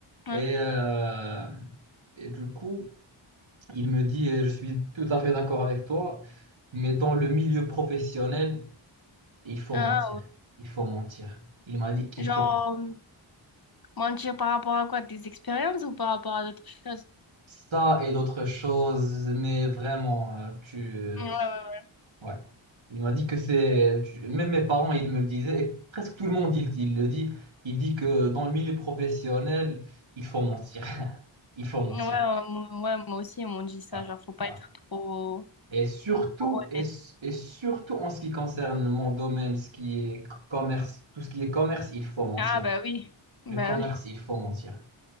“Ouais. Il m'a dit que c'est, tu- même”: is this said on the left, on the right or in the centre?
Right